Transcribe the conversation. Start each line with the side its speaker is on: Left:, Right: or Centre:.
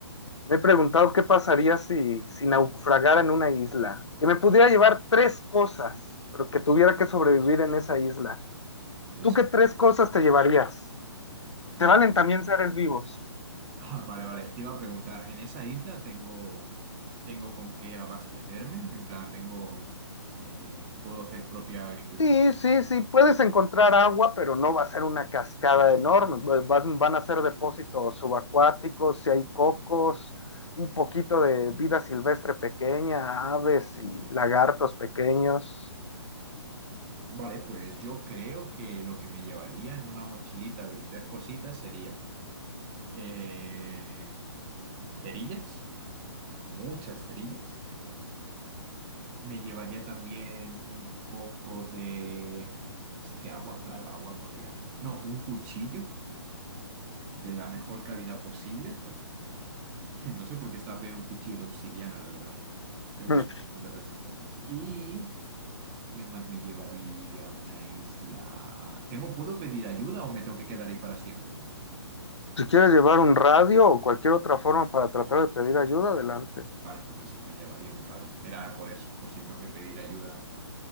Left: Me he preguntado qué pasaría si, si naufragara en una isla, que me pudiera llevar tres cosas, pero que tuviera que sobrevivir en esa isla.
Right: Tres.
Left: ¿Tú qué tres cosas te llevarías?
Right: Vale.
Left: ¿Te valen
Right: <laughs>
Left: también seres vivos.
Right: Ah, Vale, vale. Te iba a preguntar, ¿en esa isla tengo, tengo con qué abastecerme? En plan, tengo, eh, ¿puedo hacer propia agricultura?
Left: Sí, sí, sí, puedes encontrar agua, pero no va a ser una cascada enorme. Va- Van, van a ser depósitos subacuáticos, si hay cocos, un poquito de vida silvestre pequeña, aves y lagartos pequeños.
Right: Vale, pues yo creo que lo que me llevaría en una mochilita de tres cositas sería eh, cerillas, muchas cerillas. Me llevaría también un poco de... Es que agua, claro, agua podría... No, un cuchillo de la mejor calidad posible. <laughs> No sé por qué estaba pidiendo un cuchillo de obsidiana, la verdad. Creo
Left: Mm.
Right: que son bastante resistentes. Y... ¿Qué más me llevaría a una isla? ¿Tengo, puedo pedir ayuda o me tengo que quedar ahí para siempre?
Left: Si quieres llevar un radio o cualquier otra forma para tratar de pedir ayuda, adelante.
Right: Vale, entonces sí, me llevaría un radio. Era por eso, por si tengo que pedir ayuda